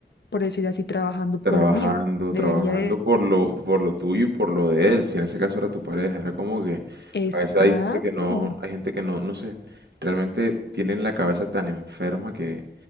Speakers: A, on the left (about 80°); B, on the right (about 75°).
A: por decir así, trabajando por
B: Trabajando,
A: lo mío. Debería
B: trabajando
A: de...
B: por lo, por lo tuyo y por lo de él. Si en ese caso era tu pareja, era como que
A: Exacto,
B: a veces hay gente que no, hay gente que no, no sé, realmente tienen la cabeza tan enferma que,